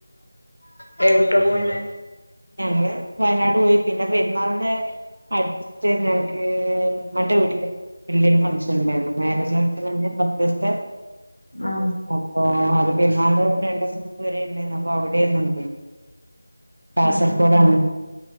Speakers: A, on the left; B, on the right.
A: ആഹ എവുട്കാ പോയിന്നെ.
B: ഞങ്ങള് വയനാട് പോയി പിന്നെ പെരുന്നാളിന് അടുത്തനെ ഞക്ക്. മന്റെ വീട്ടില് വലിയയൊരു ഫങ്ക്ഷന് ഉണ്ടായിരുന്നു മാരേജ് പോലത്തെതന്നെ പതീസ്ത്തെ.
A: ആഹ്
B: അപ്പൊ അത് പെരുന്നാളിന് രണ്ടീസം വരെ ഉണ്ടായി അപ്പൊ അവിടെന്ന്ണ്ടയ്ന് കാസർഗോഡാണ്
A: ആഹ്